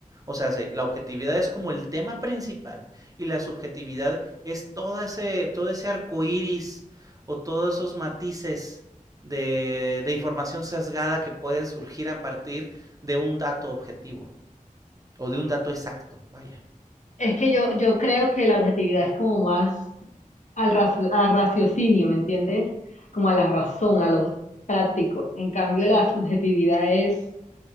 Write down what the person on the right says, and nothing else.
O sea, se- la objetividad es como el tema principal y la subjetividad es todo ese, todo ese arco iris o todos esos matices de, de información sesgada que puede surgir a partir de un dato objetivo o de un dato exacto. Vaya.